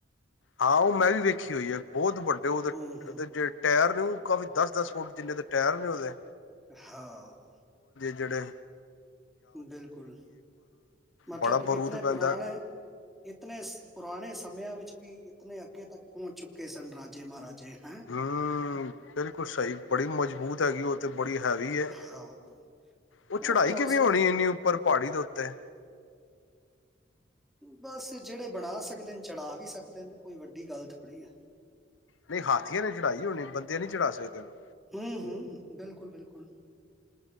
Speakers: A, on the left; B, in the centre.
A: ਹਾਂ ਉਹ ਮੈਂ ਵੀ ਵੇਖੀ ਹੋਈ ਆ ਬਹੁਤ ਵੱਡੇ ਉਹਦੇਦੇ
B: ਹੂੰ ਹੂੰ
A: ਜ ਟਾਇਰ ਕਾਫੀ ਦਸ ਦਸ ਫੁੱਟ ਜਿੰਨੇ ਦੇ ਟਾਇਰ ਨੇ ਉਹਦੇ
B: ਹਾਂ
A: ਜਿੜੇ
B: ਬਿਲਕੁਲ ਮਤਲਬ
A: ਬੜਾ ਬਰੂਦ
B: ਇਤੇ
A: ਪੈਂਦਾ
B: ਪੁਰਾਣੇ ਇਤਨ ਪੁਰਾਣੇ ਸਮਿਆਂ ਵਿੱਚ ਵੀ ਇਤੇ ਅੱਗੇ ਤੱਕ ਪਹੁੰਚ ਚੁੱਕੇ ਸਨ ਰਾਜੇ ਮਹਾਰਾਜੇ ਹੈਂ
A: ਹਮ ਬਿਲਕੁਲ ਸਹੀ ਬੜੀ ਮਜ਼ਬੂਤ ਹੈਗੀ ਉਹ ਤੇ ਬੜੀ ਹੈਵੀ ਹੈ
B: ਹਾਂ
A: ਉਹ ਚੜਾਈ
B: ਤੇ ਹੁਣ
A: ਕਿਵੇਂ
B: ਸਿਰਫ
A: ਹੋਣੀ ਇੰਨੀ ਉੱਪਰ ਪਹਾੜੀ ਦੇ ਉੱਤੇ
B: ਬਸ ਜਿਹੜੇ ਬਣਾ ਸਕਦੇ ਨੇ ਚੜਾ ਵੀ ਸਕਦੇ ਨੇ ਕੋਈ ਵੱਡੀ ਗੱਲ ਥੋੜ੍ਹੀ ਹੈ
A: ਨਹੀਂ ਹਾਥੀੀਆਂ ਨੇ ਚੜਾਈ ਹੋਣੀ ਬੰਦੇ ਨੀ ਚੜਾ ਸਕਦੇ ਉਹਨੂੰ
B: ਹਮ ਹਮ ਬਿਲਕੁਲ ਬਿਲਕੁਲ